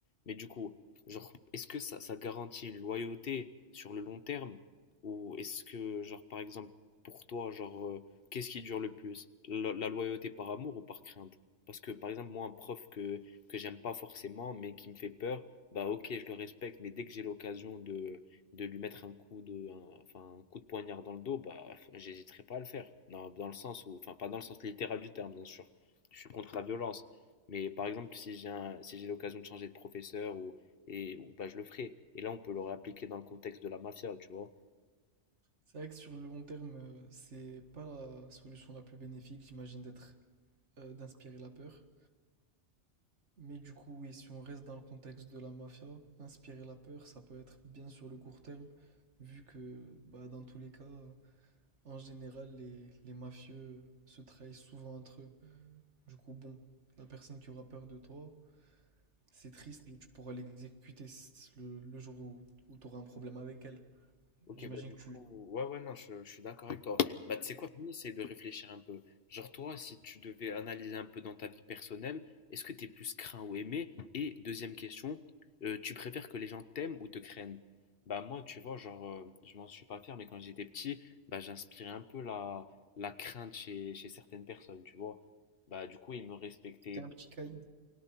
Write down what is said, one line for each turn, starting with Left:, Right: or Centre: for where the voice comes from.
Left: Mais du coup, genre, est-ce que ça, ça garantit une loyauté sur le long terme? Ou est-ce que, genre, par exemple, pour toi, genre, euh, qu'est-ce qui dure le plus? La, la loyauté par amour ou par crainte? Parce que, par exemple, moi, un prof que, que j'aime pas forcément, mais qui me fait peur, bah ok, je le respecte, mais dès que j'ai l'occasion de, de lui mettre un coup de, un- enfin, un coup de poignard dans le dos, bah, j'hésiterais pas à le faire. Non, dans le sens où, enfin, pas dans le sens littéral du terme, bien sûr. Je suis contre la violence. Mais par exemple, si j'ai un- si j'ai l'occasion de changer de professeur ou, et, ou- bah, je le ferai. Et là, on peut le réappliquer dans le contexte de la mafia, tu vois.
Right: C'est vrai que sur le long terme, euh, c'est pas la solution la plus bénéfique, j'imagine, d'être euh, d'inspirer la peur. Mais du coup, oui, si on reste dans le contexte de la mafia, inspirer la peur, ça peut être bien sur le court terme, vu que bah, dans tous les cas, euh, en général, les, les mafieux se trahissent souvent entre eux. Du coup, bon, la personne qui aura peur de toi, C'est triste, mais tu pourras l'exécuter s- le, le jour où, où tu auras un problème avec elle.
Left: Ok,
Right: J'imagine
Left: bah du
Right: que
Left: coup,
Right: tu
Left: ouais, ouais, non, je, je suis d'accord avec toi. Bah, tu sais quoi, Fanny, essaye de réfléchir un peu. Genre, toi, si tu devais analyser un peu dans ta vie personnelle, est-ce que t'es plus craint ou aimé? Et deuxième question, euh, tu préfères que les gens t'aiment ou te craignent? Bah, moi, tu vois, genre, euh, je m'en suis pas fier, mais quand j'étais petit, bah, j'inspirais un peu la, la crainte chez, chez certaines personnes, tu vois. Bah, du coup, ils me respectaient.
Right: étais un petit caïd.